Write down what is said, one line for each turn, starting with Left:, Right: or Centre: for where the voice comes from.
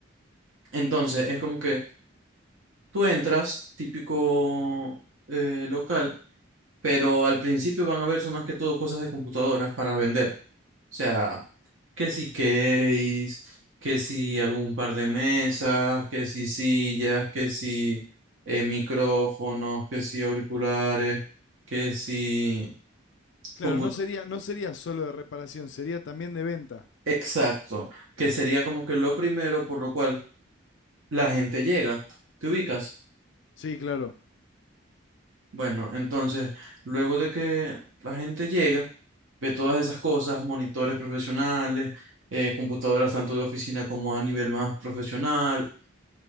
Right: Entonces, es como que tú entras, típico eh, local, pero al principio van a ver son más que todo cosas de computadoras para vender. O sea, que si case, que si algún par de mesas, que si sillas, que si eh, micrófonos, que si auriculares, que si
Left: claro,
Right: comput-
Left: no sería, no sería solo de reparación, sería también de venta.
Right: Exacto, que sería como que lo primero por lo cual la gente llega. ¿Te ubicas?
Left: Sí, claro.
Right: Bueno, entonces, luego de que la gente llega, ve todas esas cosas, monitores profesionales, eh, computadoras tanto de oficina como a nivel más profesional,